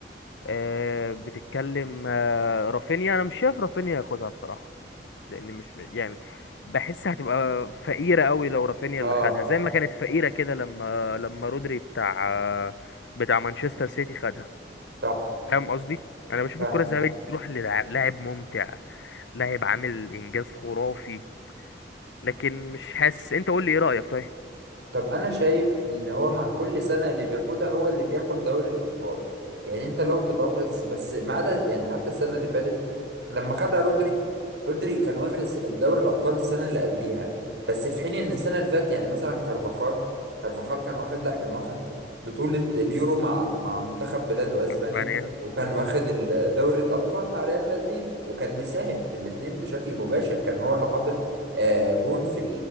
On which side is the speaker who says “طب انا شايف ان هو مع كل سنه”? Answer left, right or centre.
Right